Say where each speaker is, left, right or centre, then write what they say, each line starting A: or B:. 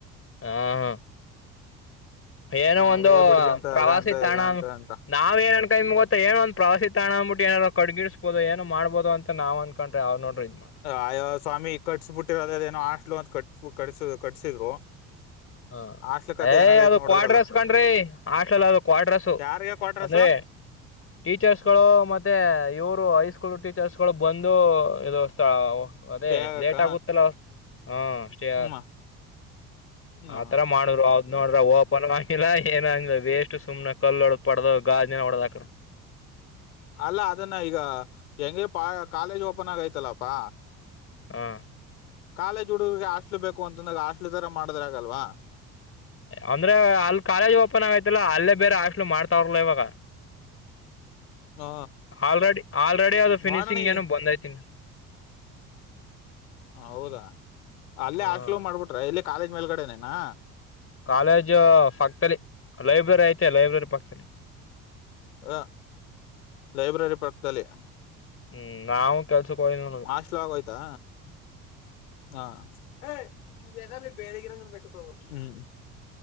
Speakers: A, on the left (about 30°); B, on the left (about 70°).
A: ಹಾ ಹ ಏನೋ
B: ಹ
A: ಒಂದು
B: ವೇ ಬ್ರಿಡ್ಜ್ ಅಂತ
A: ಪ್ರವಾಸಿ
B: ಅದ ಅಂತ
A: ತಾಣ
B: ಇದ ಅಂತ ಅಂತ
A: ನಾವ್ ಏನನ್ ಕೈ ಗೊತ್ತ ಏನ ಒಂದ ಪ್ರವಾಸಿ ತಾಣ ಅ್ಬಿಟ್ಟು ಏನಾದಾರ ಕಡ್ಗಿಿಸಸ್ಬೋದು ಏನು ಮಾಡ್ಬೋ ಅಂತ ನಾವ ಅಂದನ್ಕೊಂಡ್ರ ಅವ ನೋಡ್ರಿ ಮಾಡ್ತ
B: ಆಾ ಸ್ವಾಮಿ ಕಟ್ಸ್್ ಬಿಿಟ್ಟಿರೋದ ಏನ ಆಟ್ಲು ಅಂತ ಕಟ್ ಕಟ್ಸ ಕಟ್ಸಿದ್ರು
A: ಹ
B: ಹಾಸ್ಟ್ಲ್ ಕತೆ
A: ಏಯ್
B: ಏನಾಗೈತ್
A: ಅದು
B: ನೋಡದ್ರಲ್ಲ
A: ಕ್ವಾ ಡ್ರಸ್ ಕಣ್ರಿ ಆಟ್ಲಲ್ಲ ಅದು ಕ್ವಾಡ್ರೆಸ್
B: ಯಾರಿಗೆ ಕ್ವಾಟ್ರಸು
A: ಅಂದ್ರೆ ಟೀಚರ್ಸ್ಗಳು ಮತ್ತೆ ಇವರು ಹೈ ಸ್ಕೂ ಸ್ಕೂಲ್ ಟೀಚರ್ಸ್ಗಳು ಬಂದು ಇದು ಸ್ಥಳ ಅದೇ
B: ತ್ಯಾಗಕ್ಕ
A: ಲೇಟ್ ಆಗುತ್ತಲ್ಲ ಅವ ಹಾ ಸೇ
B: ಹ್ಮ ಹ
A: ಆತರ ಮಾಡೋರು ಅವದ್ ನೋಡ್ರ ಹ ಆಿಲ್ಲ ಏನ್ ಆಂಗಿಲ್ಲ ವೇಸ್ಟ್ ಸುಮ್ನೆ ಕಲ್ಲುಡ ಪಡ್ದ ಗಾಜಿನ ಹೊಡದಕ್ರ
B: ಅಲ್ಲ ಅದನ್ನ ಈಗ ಹೆಂಗಿ ಪ ಕಾಲೇಜ್ ಓಪನ್ ಆಗೈತಲ್ಲಪಾ
A: ಹಾ
B: ಕಾಲೇಜ್ ಹುಡುಗರ್ರಿಗೆ ಹಾಸ್ಟ್ಲ್ ಬೇಕು ಅಂತಂದಾಗ ಹಾಸ್ಟ್ಲ್ ತರ ಮಾಡ್ರ ಆಗಲ್ವಾ
A: ಅಂದ್ರೆ ಅಲ್ಲಿ ಕಾಲೇಜ್ ಓಪನ್ ಆಗೈತಿಲ್ಲ ಅಲ್ಲೇ ಬೇರೆ ಹಾಸ್ಲ್ ಮಾಡ್ತಾವ್ರಲ್ಲ ಇವಾಗ
B: ಹಾ
A: ಆಲ್ರೆಡಿ ಆಲ್ರೆಡಿ ಅದು ಫಿನಿಶಿಂಗ್
B: ನೋಡೋಣ ಈ
A: ಏನೋ ಬಂದೈತಿ
B: ಹ ಹೌದಾ ಅಲ್ಲೇ
A: ಹ್ಮ್
B: ಹಾಸ್ಲ ಮಾಡ್ಬಿಟ್ರ ಇಲ್ಲಿ ಕಾಲೇಜ್ ಮೇಲ್ಗಡೆನೇನಾ
A: ಕಾಲೇಜ್ ಪಕ್ತದಲ್ಲಿ ಲೈಬ್ರರಿ ಐತೆ ಲೈಬ್ರರಿ ಪಕ್ತದಲ್ಲಿ
B: ಹ ಲೈಬ್ರರಿ ಪಕ್ಕದಲ್ಲಿ
A: ಹ್ಮ್ ನಾವವು ಕೆಲ್ಸಕಗ ನಗೆ
B: ಹಾಸ್ಟ್ಲು ಆಗೋಯ್ತಾ ಹಾ ಹ ಇ ವಧ ಬೇಳಗಿರಂಗ ಬೆಟ್ಟುಕೋಬೇಕ <unintelligible>